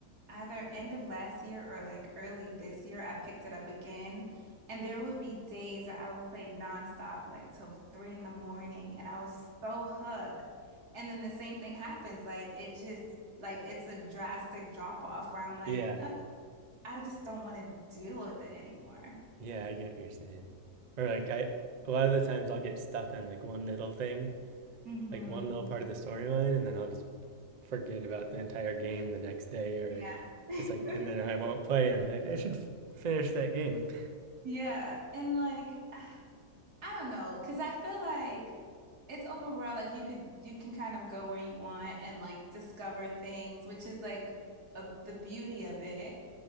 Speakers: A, on the right; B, on the right.
A: either end of last year or like early this year, I picked it up again. And there would be days that I would play nonstop, like till three in the morning, and I was so hooked. And then the same thing happens. Like it just like it's a drastic drop off where I'm like,
B: yeah.
A: "Uh, I just don't want to deal with it anymore.
B: Yeah, I get what you're saying. Or like I a lot of the times I'll get stuck on like one little thing,
A: hmm
B: like one little part of the storyline, and then I'll just forget about the entire game the next day or
A: Yeah.
B: like
A: <laughs>
B: just like and then I won't play and I'm like I should f- finish that game. <laughs>
A: Yeah. And like <sighs> I don't know, because I feel like it's open world. Like you could you can kind of go where you want and like discover things, which is like a, the beauty of it.